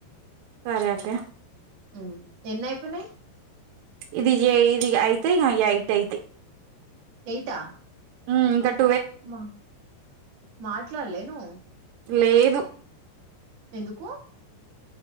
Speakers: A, on the right; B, on the right.
A: సరే అక్కే
B: ఉ ఎన్నై పోనాయ్
A: ఇది జేయి ఇగ యితే ఈ ఎయిట్ అయితాయి
B: ఎయిటా
A: ఉమ్ ఇంకట్
B: మా మాట్లాడలేను
A: లేదు
B: ఎందుకు